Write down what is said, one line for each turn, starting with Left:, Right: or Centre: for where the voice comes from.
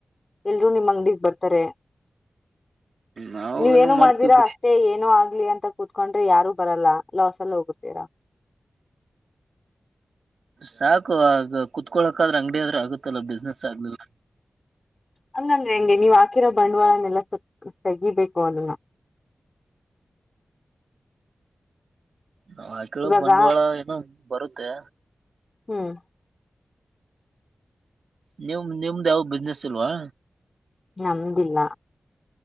Left: ಎಲ್ರುೂ ನಿಮ್ಮ್ ಅಂಗಡಗ್ ಬರ್ತಾರೆ
Right: ನಾವ
Left: ನೀವ ಏನು
Right: ಮಾಡ್ತೀವಿ
Left: ಮಾಡ್್ದಿರಾ
Right: ಬಿಡಿ
Left: ಅಷ್ಟೇ ಏನು ಆಗ್ಲಿ ಅಂತ ಕುೂತ್ಕೊಂಡ್ರೆ ಯಾರು ಬರಲ್ಲ ಲಾಸ್ ಅಲ್ಲಿ ಹೋಗುತ್ತೀರಾ
Right: ಸಾಕು ಆಗ ಕುೂತ್ಕೊಳ ಹಾದ್ರೆ ಅಂಗಡಿಿಯ ಅಂದ್ರ ಆಗುತ್ತಲ್ಲ ಬಿಸ್ನೆಸ್ ಆಗ್ಲಿಲ್ಲ
Left: ಹಂಗಂದ್ರೆ ಹೆಂಗೆ ನೀವ್ ಹಾಕಿರೋ ಬಂಡವಾಳನ್ನೆಲ್ಲ ತೆಗಿಬೇಕು ಅದನ್ನ
Right: ನಾ ಆಕೇಳೋ
Left: ಇವಾಗ
Right: ಬಂಡವಾಳ ಏನು ಬರು ತ್ತ
Left: ಹ್ಮ್
Right: ನಿಮ ನಿಮ್ದ್ ಯಾವ್ದ ಬಿಸ್ನೆಸ್ ಇಲ್ವಾ
Left: ನಮ್ದಿಲ್ಲ